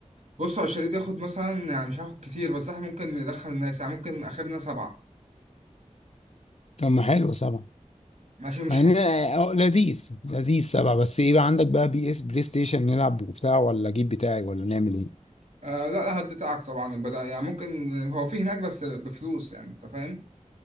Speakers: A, on the right; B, on the left.
A: بص هو الشاليه بياخد مثلا يعني مش هاخد كتير بس احنا ممكن ندخل ناس يعني ممكن اخرنا سبعة
B: طب ما حلو سبعة
A: ماشي مش
B: مع
A: حد
B: إن أنا- اه لذيذ لذيذ سبعة بس ايه بقى عندك بقى بي اس بلاي ستيشن نلعب وبتاع ولا أجيب بتاعي ولا نعمل ايه
A: آه لا لا هات بتاعك طبعا بدأ يعني ممكن هو في هناك بس بفلوس يعني انت فاهم